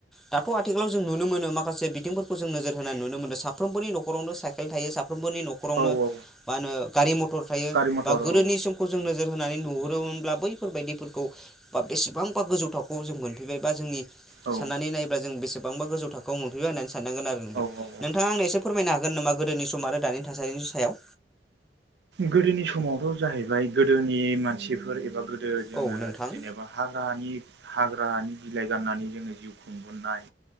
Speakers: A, in the centre; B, on the right (about 70°).
A: दाथ' आथिखालाव जों नुनो मोनो माखासे जसे बिथिंफोरखौ जों नोजोर होनाय नुनो मोनदों साफ्रोमबोनि नखरनो साइेलायो साफ्र सफ्रोमनि न'खावनो
B: औ औ
A: मा होनो गारि मथर थायो
B: गारि मथर
A: बा गोदोनि
B: औ
A: समखौ जों नोजोर होनानै नुहुरो ब्ला बैफोरबायदिफोरखौ बा बेसेबांबा गोजौ थाखोआव जों मोनफिबाय बा जोंनि
B: औ
A: साननानै नायोबब्ला जों बेसेबांबा गोजौ थाखोआव मोनफैगबाय होननानै साननांगोन आरो नों दा
B: औ औ
A: नोंथां आंनो एसे फोरमायनो हागोन हागोन नामा गोदोनि सम आरो दानि थासारिनि सायाव
B: गोदोनि समावथ' जाहैबाय गोदोनि मानसिफोर एबा गो गोदो जोङो
A: औ नोंथां
B: जेनेबा हाग्रानि हाग्रानि बिलाइ गाननानै जोङो जिउ खुंबोनाय